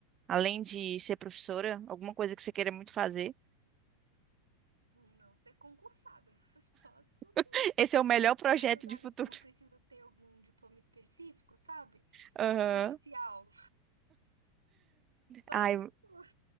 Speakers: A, on the right; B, on the right.
A: além de ser professora, alguma coisa que você queira muito fazer?
B: não, você é concursada. <laughs> Só se for
A: <laughs>
B: isso.
A: Esse é o melhor
B: Aí,
A: projeto
B: nessas áreas
A: de futuro.
B: que não precisa ter algum diploma específico, sabe?
A: <laughs> Aham.
B: Tipo, policial. <laughs> Só
A: Ai,
B: se for.